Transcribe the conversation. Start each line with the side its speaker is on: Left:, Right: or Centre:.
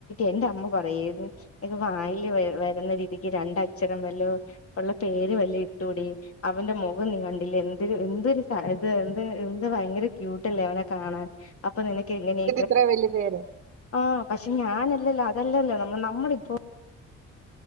Left: എന്റെ അമ്മ പറയും എനിക്ക് വായില് വരുന്ന രീതിക്ക് രണ്ട അക്ഷരം വല്ല ഉള്ള പേര് വല്ല ഇട്ടുകൂടി അവന്റെ മുഖം നീ കണ്ടില്ലേ എന്തൊ എന്തരു ഇത് എന്ത് എന്ത് ഭയങ്കര ക്യൂട്ട്ല്ലേ അവനെ കാണാൻ അപ്പൊ നിനക്ക് എങ്ങനെയ
Right: എത്ര വല്യ പേര്
Left: ആ പക്ഷെ ഞാനല്ലല്ലോ അതല്ലല്ലോ നമ്മ നമ്മള ഇപ്പോൊ